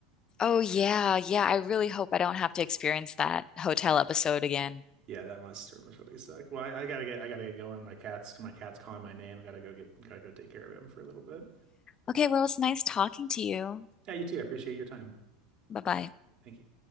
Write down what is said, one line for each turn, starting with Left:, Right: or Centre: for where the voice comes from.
Left: Oh, yeah, yeah, I really hope I don't have to experience that hotel episode again.
Right: Yeah, that must, that must really suck. Well, I, I gotta get I gotta get going. My cat's my cat's calling my name. I gotta go get gotta go take care of him for a little bit.
Left: Okay, well, it's nice talking to you.
Right: Yeah, you too. I appreciate your time.
Left: Bye-bye.
Right: Thank you.